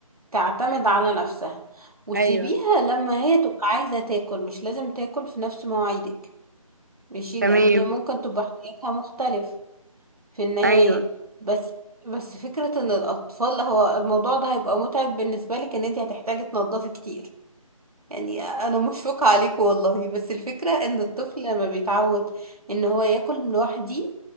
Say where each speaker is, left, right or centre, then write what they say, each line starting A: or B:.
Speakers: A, on the right (about 90°); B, on the right (about 30°).
A: تعتمد
B: ايوه
A: على نفسها وسيبيها
B: ايوه
A: لما هي تبقى عايزة تاكل مش لازم تاكل في نفس مواعيدك ماشي
B: تمام
A: لان هي ممكن تبقى احتياجها مختلف في النهاية
B: ايوه
A: بس بس فكرة ان الاطفال هو الموضوع ده هيبقى متعب بالنسبة لك ان انت هتحتاجي تنضفي كتير يعني انا مشفقة عليكم والله بس الفكرة ان الطفل لما بيتعود ان هو ياكل لوحدي